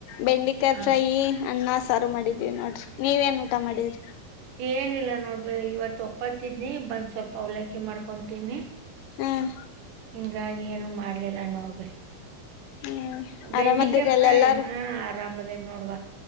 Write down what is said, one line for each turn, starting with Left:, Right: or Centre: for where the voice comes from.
Left: ಬೆಂಡೆಕಾಯಿ
Right: ಆ
Left: ಫ್ರೈಿ ಅಣ್ಣ ಸಾರು ಮಾಡಿದ್ವಿ ನೋಡ್ರಿ ನೀವ ನ್ ಊಟ ಮಾಡಿದ್ರಿ
Right: ಏನಿಲ್ಲ ನೋಡ್ಬ ಇವತ್ ಒಪ್ಪತಿದ್ನಿ ಬಂದ್ ಸ್ವಲ್ಪ ಅವಲಕ್ಕಿ ಮಾಡ್ಕೊತೀನಿ.
Left: ಹ್ಮ್
Right: ಹಿಂಗಾಗಿ ಏನು ಮಾಡ್ಲಿಲ್ಲ ನೋಡ್.
Left: ಹ್ಮ್
Right: ಬೆಂಡೆಕಾಯಿ
Left: ಆರಾಮದಿರಿ ಅಲ್ಲ
Right: ಫ್ರೈ
Left: ಎಲ್ಲಾರು
Right: ಹಾ ಆರಾಮದೇ ನೋಡುವ